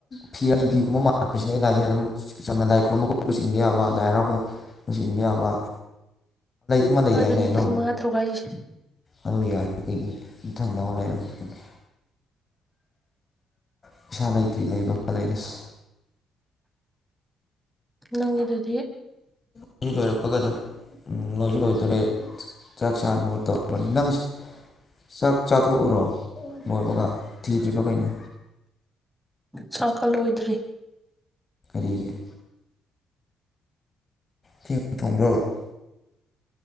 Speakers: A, on the left (about 35°); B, in the centre.
A: ꯐꯤ ꯑꯅꯤ ꯐꯤꯒꯨꯝꯕ ꯃꯥꯛꯄꯁꯤꯅ ꯑꯩꯅꯥꯏꯁꯤꯗ ꯑꯗꯨꯝ ꯆꯝꯅ ꯂꯥꯏ ꯈꯨꯣꯏꯔꯨꯝꯝꯕ ꯈꯣꯠꯂꯒ ꯆꯤꯡꯕ ꯌꯥꯕ ꯂꯥꯏ ꯍꯔꯥꯎꯕ <inaudible> ꯅ ꯢꯤꯟꯕ ꯌꯥꯕꯥ ꯑꯃ ꯂꯩꯗꯥꯏꯅꯦ
B: ꯍꯣꯏ ꯑꯗꯨꯅ
A: ꯑꯗꯨꯝ
B: ꯂꯤꯁꯤꯡ ꯃꯉꯥ ꯇꯔꯨꯛ ꯍꯥꯏꯁꯦ
A: ꯑꯗꯨ ꯌꯥꯔꯗꯤ ꯀꯩꯅꯣ ꯃꯊꯪ ꯃꯊꯪ ꯂꯩꯔ ꯔꯣꯏ ꯀꯩꯅꯣ ꯄꯩꯁꯥ ꯂꯩꯇ꯭ꯔꯤ ꯂꯩꯕꯒ ꯑꯃ ꯂꯩꯔꯁꯤ
B: ꯅꯪꯒꯤꯗꯨꯗꯤ
A: ꯁꯤ ꯂꯣꯏꯔꯛꯄꯒ ꯑꯗꯨꯝ ꯂꯣꯏꯁꯨ ꯂꯣꯏꯗꯣꯔꯦ ꯆꯥꯛ ꯆꯥꯅꯕ ꯇꯧꯔꯕꯅꯤ ꯅꯪ ꯆꯥꯛ ꯆꯥꯊꯣꯛꯎꯔꯣ ꯂꯣꯏꯕꯒ ꯊꯤꯗ꯭ꯔꯤꯕ ꯀꯩꯅꯣ
B: ꯆꯥꯛꯀ ꯂꯣꯏꯗ꯭ꯔꯤ
A: ꯀꯔꯤꯒꯤ ꯊꯦꯡꯅ ꯊꯣꯡꯕ꯭ꯔꯕꯥ